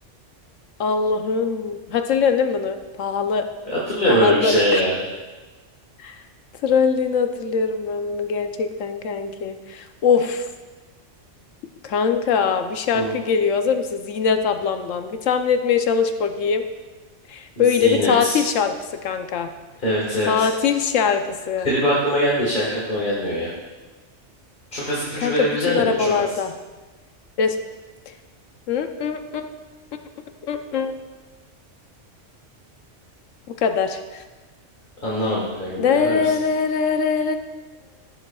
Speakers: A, on the left; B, on the left.
A: Allah'ım. Hatırlıyorsun değil mi bunu? Pahalı.
B: Hatırlıyorum
A: Pahalı.
B: öyle bir şey ya.
A: <laughs> Trolliğini hatırlıyorum ben bunu gerçekten kanki. Of. Kanka bir şarkı
B: Hı.
A: geliyor. Hazır mısın? Zinet ablamdan. Bir tahmin etmeye çalış bakayım. Böyle
B: Zinet.
A: bir tatil şarkısı kanka.
B: Evet evet.
A: Tatil şarkısı.
B: Klibi aklıma geldi de şarkı aklıma gelmiyor ya. Çok az ipucu
A: Kanka
B: verebilecek
A: bütün
B: misin?
A: arabalarda.
B: Çok az.
A: Res- Hı, hı, hı, hı, hı, hı, hı. Bu kadar.
B: Anlamadım kanka bir
A: Ha
B: daha yapar mısın?